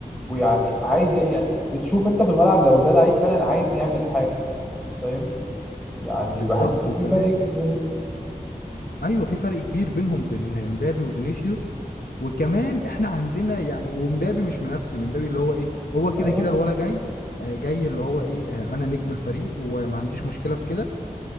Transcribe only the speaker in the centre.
ويعني عايز ي- يعني بتشوف انت في الملعب لو ده لعيب فعلا عايز يعمل حاجة فاهم يعني
بحس في
فرق كبير بينهم
اه